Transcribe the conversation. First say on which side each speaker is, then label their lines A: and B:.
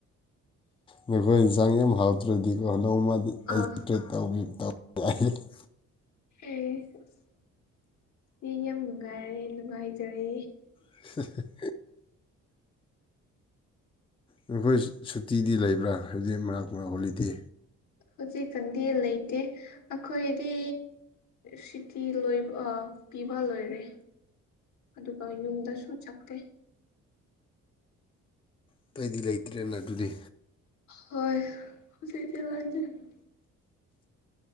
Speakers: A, on the left (about 15°); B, on the left (about 70°).
A: ꯅꯈꯣꯏ ꯏꯟꯁꯥꯡ ꯌꯥꯝ ꯍꯥꯎꯇ꯭ꯔꯗꯤꯀꯣ ꯅꯣꯡꯃꯥꯗꯤ ꯑꯩ
B: ꯑꯥ
A: <unintelligible>
B: ꯑꯦ ꯑꯁ ꯑꯦ ꯌꯥꯝ ꯅꯨꯡꯉꯥꯏꯔꯦ ꯅꯨꯡꯉꯥꯏꯖꯥꯔꯦ
A: <unintelligible> ꯅꯈꯣꯏ ꯁꯨꯇꯤꯗꯤ ꯂꯩꯕ꯭ꯔꯥ <unintelligible> <inaudible> ꯍꯣꯂꯤꯗꯦ
B: ꯍꯨꯖꯤꯛ ꯈꯪꯗꯦ ꯂꯩꯇꯦ ꯑꯩꯈꯣꯏꯗꯤ ꯁꯤꯇꯤ ꯂꯣꯏ ꯑꯥ ꯄꯤꯕ ꯂꯣꯏꯔꯦ ꯑꯗꯨꯒ ꯌꯨꯝꯗꯁꯨ ꯆꯩꯀꯦ
A: ꯑꯇꯩꯗꯤ ꯂꯩꯇ꯭ꯔꯦꯅꯥ ꯑꯗꯨꯗꯤ
B: ꯍꯣꯏ ꯍꯧꯖꯤꯛ <unintelligible> <inaudible>